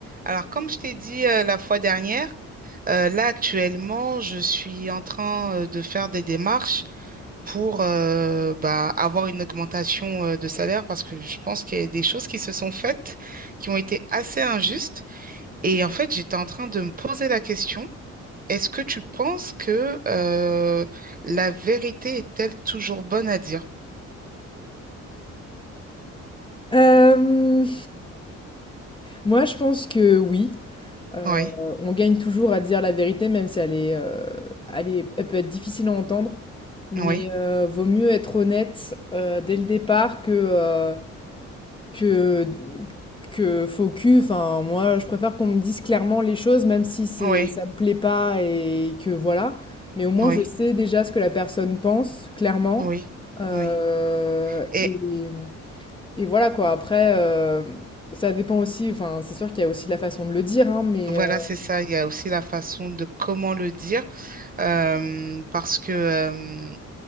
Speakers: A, on the right; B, on the left.
A: Alors, comme je t'ai dit euh, la fois dernière, euh, là actuellement, je suis en train euh, de faire des démarches pour euh, bah, avoir une augmentation euh, de salaire parce que je pense qu'il y a des choses qui se sont faites qui ont été assez injustes. Et en fait, j'étais en train de me poser la question, est-ce que tu penses que euh, la vérité est-elle toujours bonne à dire?
B: Hem, moi, je pense que oui. Heu,
A: Oui,
B: on gagne toujours à dire la vérité, même si elle est, heu, elle est elle peut être difficile à entendre. Mais,
A: oui,
B: heu, vaut mieux être honnête, heu, dès le départ que, heu, que que faux cul. Enfin, moi, je préfère qu'on me dise clairement les choses, même si c'est
A: oui,
B: ça me plaît pas et que voilà. Mais au moins,
A: oui,
B: je sais déjà ce que la personne pense, clairement.
A: oui,
B: Heu
A: oui. Et
B: et et voilà quoi, après, heu, ça dépend aussi, enfin, c'est sûr qu'il y a aussi la façon de le dire, hein, mais
A: Voilà,
B: heu,
A: c'est ça. Il y a aussi la façon de comment le dire, euh, parce que euh,